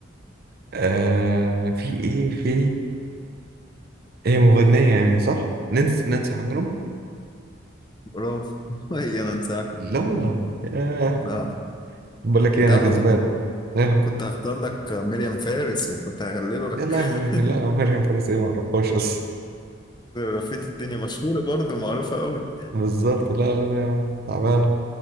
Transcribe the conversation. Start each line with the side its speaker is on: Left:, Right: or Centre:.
Right: آه في ايه في هي مغنية يعني صح؟ نانسي نانسي حجرم؟
Left: برافو <laughs> هي أنا أنساك
Right: لا والله ياه
Left: لا
Right: بقول لك ايه
Left: أنت
Right: انا
Left: عارف
Right: كسبان
Left: كنت
Right: ياه
Left: كنت هختار لك مريم فارس وكنت هغلبك
Right: يا لهوي
Left: <laughs>
Right: لا مريم فارس ايه ما اعرفهاش اصلا
Left: لفيت الدنيا مشهورة برضه معروفة قوي
Right: <laughs> بالظبط لا لا لا يا عم تعبانة